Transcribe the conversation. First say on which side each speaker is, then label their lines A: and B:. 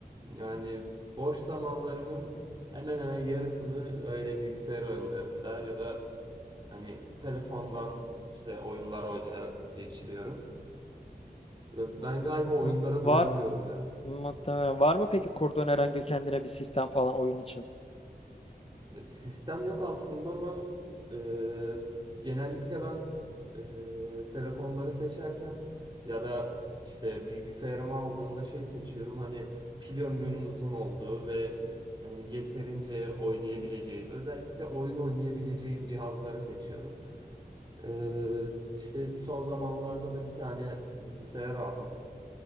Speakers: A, on the right; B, on the left.
A: Yani boş zamanlarımın hemen hemen yarısını öyle bilgisayar oyunlarında ya da hani telefondan işte oyunlar oynayarak geçiriyorum. Ve
B: Hmm.
A: Ben galiba oyunlara
B: V-
A: doyamıyorum
B: Var
A: ya.
B: muhtemelen. Var mı peki kurduğun herhangi kendine bir sistem falan oyun için?
A: Sistem yok aslında ama e, genellikle ben e, telefonları seçerken ya da işte bilgisayarımı aldığımda şey seçiyorum hani pil ömrünün uzun olduğu ve hani yeterince oynayabileceğim özellikle oyun oynayabileceğim cihazları seçiyorum. E, işte son zamanlarda da bir tane bilgisayar aldım